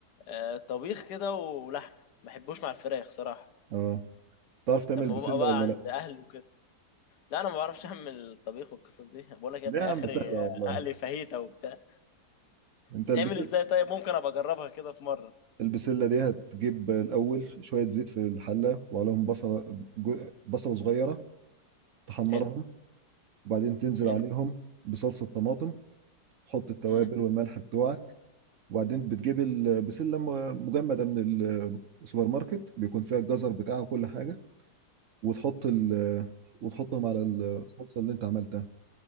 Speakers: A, on the left (about 80°); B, on the right (about 60°).
A: آه، طبيخ كده ولحمه ما بحبوش مع الفراخ صراحه
B: اه تعرف تعمل
A: لما
B: بسله
A: ببقى بقى
B: ولا
A: اه عند
B: لا
A: اهلي وكده لا انا ما بعرفش اعمل الطبيخ والقصص دي بقول لك يا
B: لا
A: ابني
B: يا
A: اخري
B: عم سهله والله
A: آه، اقلي فاهيتا وبتاع
B: انت
A: بتتعمل
B: البسله
A: ازاي طيب ممكن ابقى اجربها كده في مره
B: البسله دي هتجيب الاول شويه زيت في الحله وعليهم بصله جو- بصله صغيره تحمرهم
A: حلو
B: وبعدين تنزل
A: حلو
B: عليهم بصلصة طماطم تحط التوابل
A: امم
B: والملح بتوعك وبعدين بتجيب ال- بسلة م- مجمدة من ال- السوبر ماركت بيكون فيها الجزر بتاعها وكل حاجة وتحط ال وتحطهم على الصلصة اللي انت عملتها